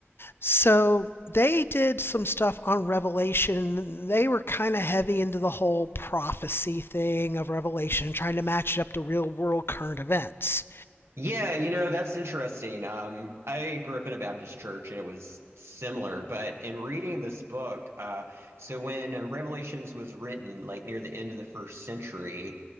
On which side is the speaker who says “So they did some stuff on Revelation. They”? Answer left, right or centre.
Left